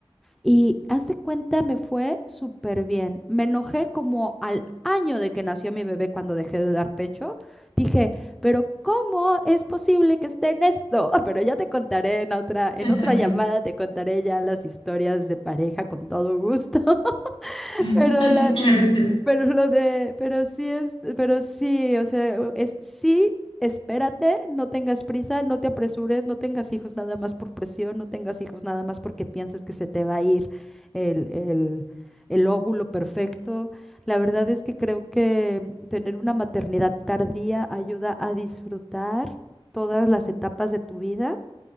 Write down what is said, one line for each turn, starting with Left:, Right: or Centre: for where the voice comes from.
Centre: y haz de cuenta, me fue súper bien. Me enojé como al año de que nació mi bebé cuando dejé de dar pecho. Dije, pero ¿cómo es posible que esté en esto? <laughs> Pero ya te contaré en otra, en
Left: <laughs>
Centre: otra llamada, te contaré ya las historias de pareja con todo gusto. <laughs>
Left: Claro
Centre: Pero la,
Left: que sí.
Centre: pero lo de, pero sí es, pero sí, o sea, u- es sí, espérate, no tengas prisa, no te apresures, no tengas hijos nada más por presión, no tengas hijos nada más porque piensas que se te va a ir el, el, el óvulo perfecto. La verdad es que creo que tener una maternidad tardía ayuda a disfrutar todas las etapas de tu vida